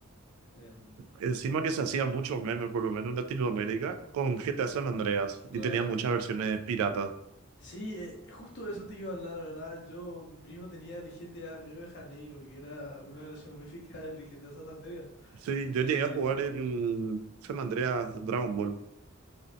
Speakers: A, on the left; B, on the right.
A: En, en-
B: Encima que se hacían muchos memes, por lo menos en Latinoamérica, con GTA San Andreas. Y
A: Claro,
B: tenían muchas
A: claro.
B: versiones piratas.
A: Sí, eh, justo de eso te iba a hablar, la ¿verdad? Yo, mi primo tenía el GTA Río de Janeiro, que era una versión modificada <laughs> del GTA San Andreas.
B: Sí,
A: Eh,
B: yo llegué a jugar el San Andreas Dragon Ball.